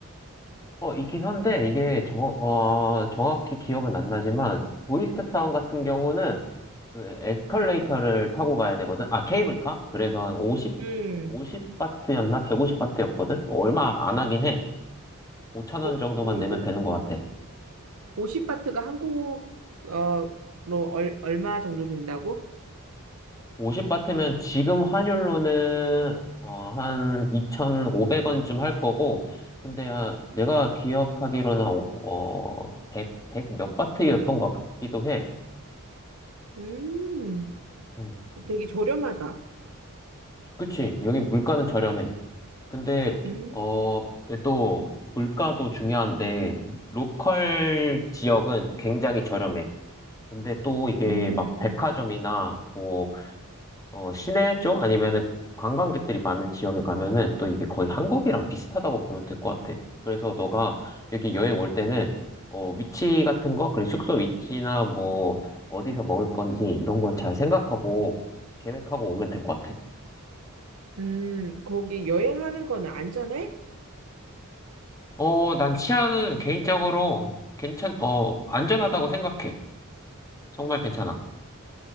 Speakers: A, on the left; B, on the right.
A: 어, 있긴 한데, 이게 정, 어, 정확히 기억은 안 나지만, 도이스텝 사원 같은 경우는 그 에스컬레이터를 타고 가야 되거든. 아, 케이블카? 그래서 한 50,
B: 음,
A: 오십 바트였나 150바트였거든? 얼마 안 하긴 해. 5천
B: 오
A: 원 정도만
B: 음,
A: 내면
B: 오-
A: 되는 것 같아.
B: 50바트가 한국, 어, 로 얼, 얼마 정도 된다고?
A: 50 바트면 지금 환율로는 어, 한 2,500원쯤 할 거고, 근데 아, 내가 기억하기로는 어, 100, 몇 바트였던 것 같기도 해.
B: 음,
A: 음,
B: 되게 저렴하다.
A: 그치. 여기 물가는 저렴해. 근데
B: 음,
A: 어, 이게 또 물가도 중요한데 로컬 지역은 굉장히 저렴해. 근데 또 이게
B: 음,
A: 막 백화점이나 뭐 어, 시내 쪽 아니면은 관광객들이 많은 지역에 가면은 또 이게 거의 한국이랑 비슷하다고 보면 될 것 같아. 그래서 너가 여기 여행 올 때는 어, 위치 같은 거, 그리고 숙소 위치나 뭐 어디서 먹을 건지 이런 걸 잘 생각하고 계획하고 오면 될 것 같아.
B: 음, 거기 여행하는 거는 안전해?
A: 어, 난 치안은 개인적으로 괜찮, 어, 안전하다고 생각해. 정말 괜찮아.